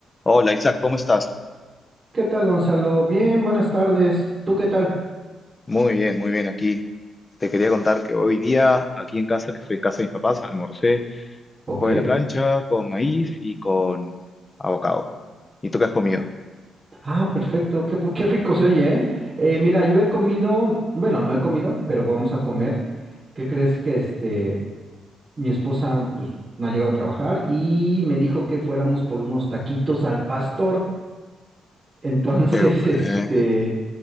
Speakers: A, on the left; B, on the right.
A: Hola Isaac, ¿cómo estás?
B: ¿Qué tal, Gonzalo? Bien, buenas tardes. ¿Tú qué tal?
A: Muy bien, muy bien aquí. Te quería contar que hoy día, aquí en casa, que estoy en casa de mis papás, almorcé
B: Ok.
A: fue la plancha con maíz y con avocado. ¿Y tú qué has comido?
B: Ah, perfecto. Qué, pu- qué rico se oye, ¿eh? Eh, mira, yo he comido, bueno, no he comido, pero vamos a comer. ¿Qué crees que este, mi esposa, pues, no ha llegado a trabajar y me dijo que fuéramos por unos taquitos al pastor. Entonces,
A: Qué bueno.
B: <laughs> este,